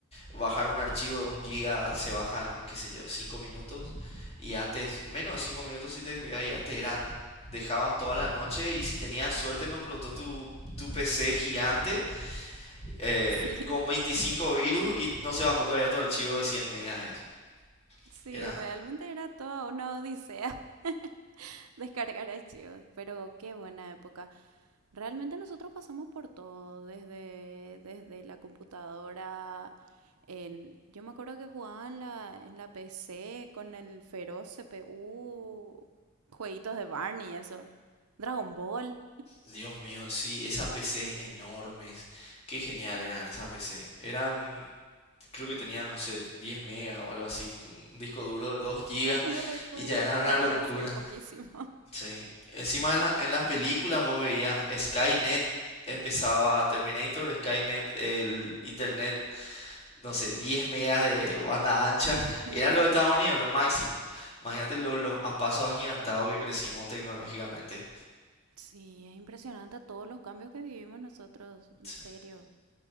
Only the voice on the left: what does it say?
bajar un archivo de un giga se bajan, qué sé yo, 5 minutos y antes, menos de 5 minutos si te descuidas y antes eran, dejabas toda la noche y si tenías suerte no explotó tu, tu PC gigante eh,
con 25 virus y no se bajó todavía tu archivo de 100 megas, eso.
Era
Dios mío, sí, esas PCs enormes. Qué genial eran esas PCs. Eran, creo que tenían, no sé, 10 megas o algo así. con Un disco duro de 2 gigas
y ya era
una
locura.
Sí. Encima en la- en las películas vos veías Skynet, empezaba Terminator, Skynet, el internet, no sé, 10 megas de banda ancha.
Era lo de Estados Unidos, lo máximo. Imagínate lo- los a pasos agigantados que crecimos tecnológicamente.
Sí.